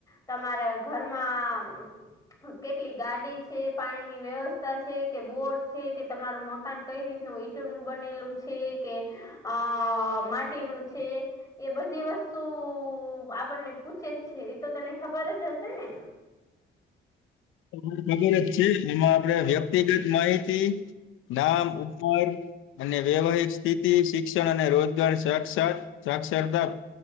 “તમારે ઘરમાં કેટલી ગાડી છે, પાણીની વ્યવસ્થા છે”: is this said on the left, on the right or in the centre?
Left